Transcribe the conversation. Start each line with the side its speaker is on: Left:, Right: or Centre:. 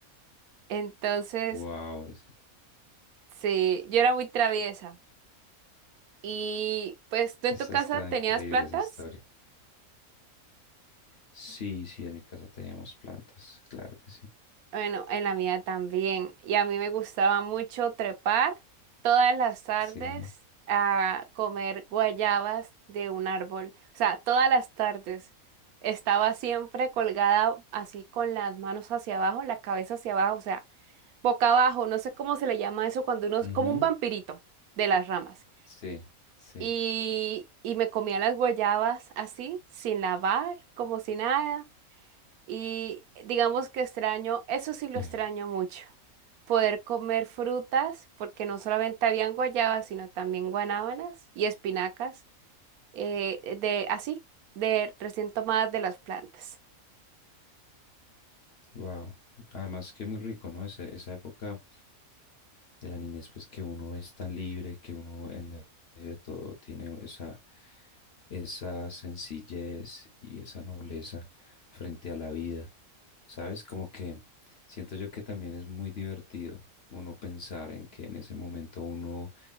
Right: Entonces,
Left: ¡Wow! Es,
Right: sí, yo era muy traviesa. Y pues, ¿tú en
Left: esa
Right: tu casa
Left: está
Right: tenías
Left: increíble
Right: plantas?
Left: esa historia. Sí, sí, en mi casa teníamos plantas, claro que sí.
Right: Bueno, en la mía también. Y a mí me gustaba mucho trepar todas las tardes
Left: Sí.
Right: a comer guayabas de un árbol. O sea, todas las tardes estaba siempre colgada así con las manos hacia abajo, la cabeza hacia abajo, o sea, boca abajo. No sé cómo se le llama eso cuando uno es
Left: Ujú,
Right: como un vampirito de las ramas.
Left: Sí, sí.
Right: Y, y me comía las guayabas así, sin lavar, como si nada. Y digamos que extraño, eso sí lo
Left: <laughs>
Right: extraño mucho poder comer frutas, porque no solamente habían guayabas, sino también guanábanas y espinacas, eh, eh, de así, de recién tomadas de las plantas.
Left: Wow. Además que muy rico, ¿no? Ese- esa época de la niñez, pues que uno es tan libre, que uno en medio de todo tiene esa, esa sencillez y esa nobleza frente a la vida. ¿Sabes? Como que siento yo que también es muy divertido uno pensar en que en ese momento uno,